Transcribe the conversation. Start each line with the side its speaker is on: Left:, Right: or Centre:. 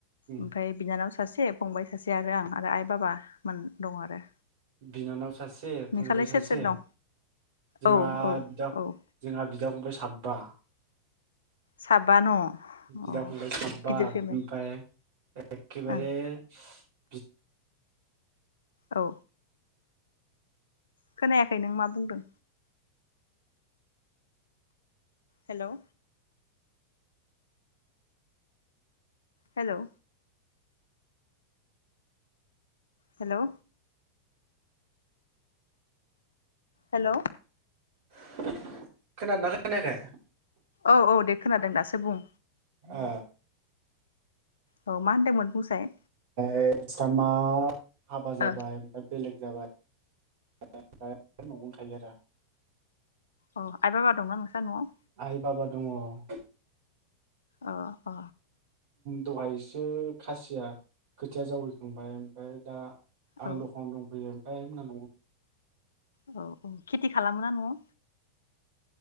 Right: उम
Left: ओमफ्राय बिनानाव सासे फंबाय सासे जे आरो आं आरो आइ बाबा मोन दं आरो
Right: बिनानाव सासे
Left: नोंसालाय
Right: फंबाय सासे
Left: सोर सोर दं
Right: जोंहा
Left: औ औ
Right: बिदा
Left: औ
Right: जोंहा बिदा बिदा फंबाय साब्बा
Left: साबा न'
Right: बिदा
Left: औ
Right: फंबाय साबा
Left: गिदिर फेमिलि
Right: बिनिफ्राय एखेबारे
Left: ओं
Right: बि
Left: औ खोनायाखै नों मा बुंदों हेलौ हेलौ हेलौ हेलौ
Right: <inaudible> खोनादों ना खोनायाखै?
Left: औ औ दे खोनादों दासो बुं
Right: अ
Left: औ मा होनदोंमोन बुंसाय?
Right: <unintelligible> हाबा जाबाय
Left: ओ
Right: ओमफ्राय बेलेग जाबाय <unintelligible> नवावनो थायो आरो
Left: अ आइ बा बा दंना नोंस्रा नआव
Right: आइ बाबा दङ उ
Left: अ अ
Right: दहाय एसे खासिया खोथिया जावैखांबाय ओमफ्राय दा आं
Left: औ
Right: दखानाव दंफैयो ओमफ्राय आयमोना नआव दङो
Left: औ औ खेथि खालामो ना नआव